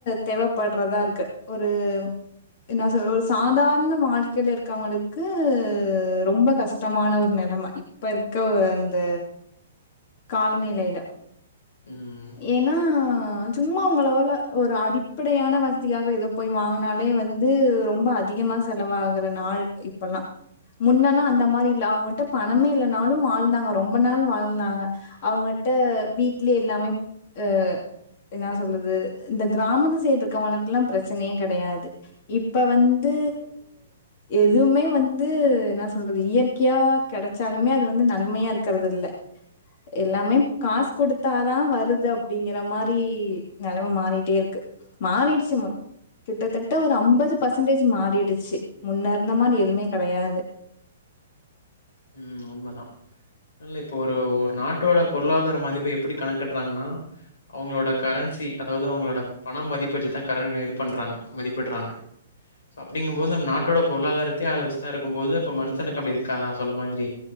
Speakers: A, on the left (about 50°); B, on the left (about 75°).
A: தேவைப்படுறதா இருக்கு ஒரு என்னாஸ் ஒரு சாதாரண வாழ்க்கைல இருக்கவங்களுக்கு ரொம்ப கஷ்டமான ஒரு நெலம இப்ப இருக்க அந்த காலநிலைல
B: ம்.
A: ஏன்னா சும்மா உங்களவுல ஒரு அடிப்படையான வசதியாக எதோ போய் வாங்குனாலே வந்து ரொம்ப அதிகமா செலவாகற நாள் இப்பல்லா முன்னெல்லா அந்த மாரி இல்ல அவங்கட்ட பணமே இல்லனாலு வாழ்ந்தாங்க ரொம்ப நாள் வாழ்ந்தாங்க அவங்கட்ட வீட்லயே எல்லாமே ஹ என்னா சொல்றது இந்த கிராமத்து சைடு இருக்கவங்களுக்கெல்லா பிரச்சனையே கெடையாது இப் இப்ப வந்து எதுவுமே வந்து என்னா சொல்றது இயற்கையா கெடைச்சாலுமே அது வந்து நன்மையா இருக்கிறதில்ல எல்லாமே காசு குடுத்தாதா வருது அப்படிங்கிற மாரி நெலம மாறிட்டே இருக்கு மாறீருச்சு மொ கிட்டத்தட்ட ஒரு ஐம்பது பர்சன்டேஜ் மாறிடுச்சு முன்னேருந்த மாரி எதுவுமே கெடையாது
B: உம் உண்மைதா இல்ல இப்ப ஒரு ஒரு நாட்டோட பொருளாதார மதிப்ப எப்படி கணக்கிடுறாங்கன்னா அவங்ளோட கரன்சி அதாவது அவங்ளோட பணம் மதிப்ப வெச்சுதா கரங்க இது பண்றாங்க மதிப்பிடுறாங்க அப்படிங்கு போது நம் நாட்டோட பொருளாதாரத்தையே அத வெச்சுதா இருக்கு போது இப்ப மனுஷனுக்கு அப்படி இருக்காதா சொன்ன மாதிரி